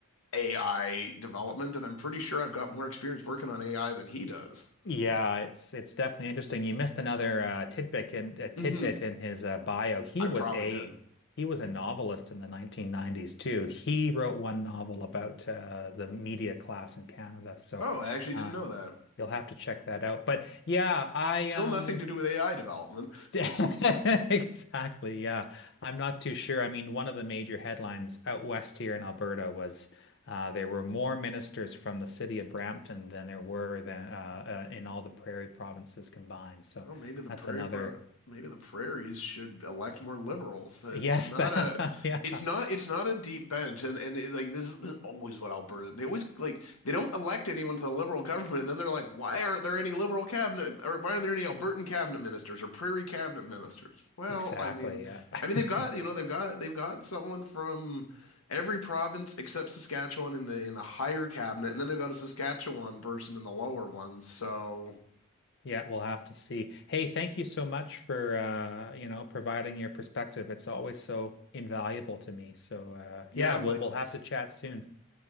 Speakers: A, on the left; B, on the left.
A: AI development, and I'm pretty sure I've got more experience working on AI than he does.
B: <laughs> yeah. It's it's definitely interesting. You missed another uh, tidbit in a tidbit
A: Mm-hmm.
B: in his uh, bio. He
A: I
B: was
A: probably
B: a
A: did.
B: he was a novelist in the 1990s too. He wrote one novel about uh, the media class in Canada. So
A: Oh, I actually
B: uh,
A: didn't know that.
B: you'll have to check that out. But yeah, I
A: Still
B: um.
A: nothing to do with AI development.
B: St- <laughs> Exactly. Yeah. I'm not too sure. I mean, one of the major headlines out west here in Alberta was uh, there were more ministers from the city of Brampton than there were than uh, uh, in all the prairie provinces combined. So
A: Well, maybe the
B: that's
A: prairie
B: another
A: pro maybe the prairies should elect more liberals. It's
B: yes.
A: not
B: <laughs> That,
A: a
B: yeah.
A: it's not it's not a deep bench and and it, like this is, this is always what Alberta they always like they don't elect anyone to the liberal government and then they're like why aren't there any liberal cabinet or why aren't there any Albertan cabinet ministers or prairie cabinet ministers? Well,
B: Exactly.
A: I mean
B: Yeah. <laughs>
A: I mean they've got you know they've got they've got someone from every province except Saskatchewan in the in the higher cabinet and then they've got a Saskatchewan person in the lower one. So,
B: Yeah, we'll have to see. Hey, thank you so much for uh, you know, providing your perspective. It's always so invaluable to me. So uh
A: yeah,
B: yeah, we'll
A: likewise.
B: we'll have to chat soon.